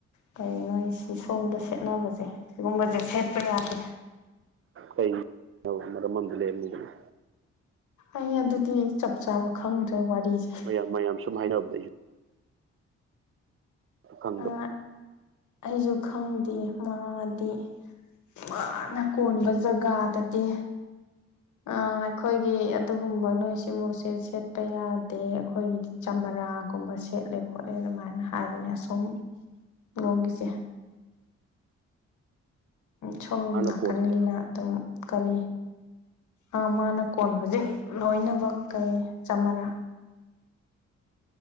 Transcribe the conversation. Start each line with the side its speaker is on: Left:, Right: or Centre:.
Left: ꯀꯩ ꯅꯣ ꯁꯤ ꯁꯣꯝꯗ ꯁꯦꯠꯅꯕꯁꯦ ꯁꯤꯒꯨꯝꯕꯁꯦ ꯁꯦꯠꯄ ꯌꯥꯗꯦ
Right: ꯀꯩ ꯃꯔꯝ ꯑꯃ ꯂꯩꯔꯝꯃꯤꯗꯅ
Left: ꯑꯩ ꯑꯗꯨꯗꯤ ꯆꯞ ꯆꯥꯕ ꯈꯪꯗ꯭ꯔꯦ ꯋꯥꯔꯤꯁꯦ
Right: ꯃꯌꯥꯝ ꯃꯌꯥꯝ ꯁꯨꯝ ꯍꯥꯏꯅꯕꯗꯒꯤ ꯈꯪꯗꯕ
Left: ꯑ ꯑꯩꯁꯨ ꯈꯪꯗꯦ ꯃꯥꯗꯤ ꯃꯥꯅ ꯀꯣꯟꯕ ꯖꯒꯥꯗꯗꯤ ꯑꯥ ꯑꯩꯈꯣꯏꯒꯤ ꯑꯗꯨꯒꯨꯝꯕ ꯅꯣꯏꯁꯤ ꯁꯤꯃꯨꯁꯦ ꯁꯦꯠꯄ ꯌꯥꯗꯦ ꯑꯩꯈꯣꯏꯒꯤ ꯆꯝꯃꯔꯥꯒꯨꯝꯕ ꯁꯦꯠꯂꯦ ꯈꯣꯠꯂꯦ ꯑꯗꯨꯃꯥꯏꯅ ꯍꯥꯏꯕꯅꯦ ꯑ ꯁꯣ ꯂꯣꯡꯒꯤꯁꯦ ꯁꯣꯝ
Right: ꯃꯥꯅ
Left: ꯅꯥꯀꯟꯒꯤꯅ
Right: ꯀꯣꯜꯂꯤꯁꯦ
Left: ꯑꯗꯨꯝ ꯀꯔꯤ ꯑ ꯃꯥꯅ ꯀꯣꯟꯕꯁꯦ ꯂꯣꯏꯅꯃꯛ ꯀꯩ ꯆꯃꯥꯟꯂꯥ